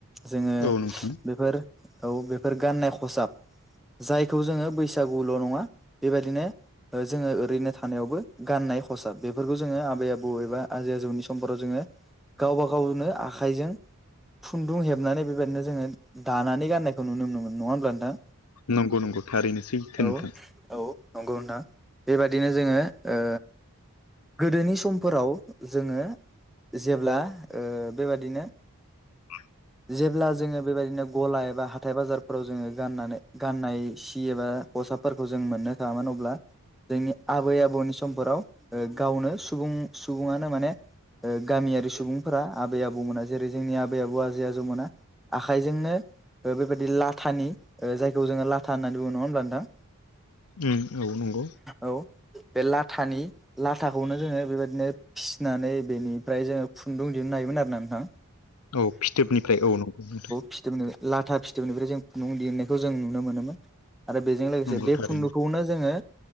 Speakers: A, in the centre; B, on the left (about 85°).
A: जोङो
B: औ नोंथां
A: बेफोर औ बेफोर गाननाय खसाब जायखौ जोङो बैसागुल' नङा बेबायदिनो जोङो ओरैनो थानायावबो गाननाय खसाब बेफोरखौ जोङो आबै आबौ एबा आजै आजौनि समफोराव जोङो गावबा गावनो आखाइजों खुन्दुं हेबनानै बेबायदिनो जोङो दानानै गाननायखौ नुनो मोनोमोन नङा होमब्ला नोंथां।
B: नंगौ नंगौ थारैनो सैथो
A: औ
B: नोंथां
A: औ नंगौ नोंथां बेबादिनो जोङो ओ गोदोनि समफोराव जोङो जेब्ला ओ बेबादिनो
B: <unintelligible>
A: जेब्ला जोङो बेबायदिनो गला एबा हाथाय बाजारफोराव जोङो गाननानै गाननाय सि एबा खसाबफोरखौ जों मोननो थाङामोन अब्ला जोंनि आबै आबौनि समफोराव ओ गावनो सुबुं सुबुङानो माने ओ गामियारि सुबुंफोरा आबै आबौमोना जेरै जोंनि आबै आबौ आजै आजौ मोना आखाइजोंनो ओ बेबायदि लाथानि ओ जायखौ जोङो लाथा होननानै बुङो नङा होनोमब्ला नोंथां।
B: उम औ नंगौ
A: औ बे लाथानि लाथाखौनो जोङो बेबायदिनो फिसिनानै बेनिफ्राय जोङो खुन्दुं दिहुननो हायोमोन आरोना नोंथां।
B: औ फिथोबनिफ्राय औ नंगौ नोंथां
A: फिथोबनिफ्राय लाथा फिथोबनिफ्राय जों खुन्दुं दिहुनायखौ जों नुनो मोनोमोन। आरो बेजों लोगोसे
B: नंगौ
A: बे
B: थारैनो
A: खुन्दुंखौनो जोङो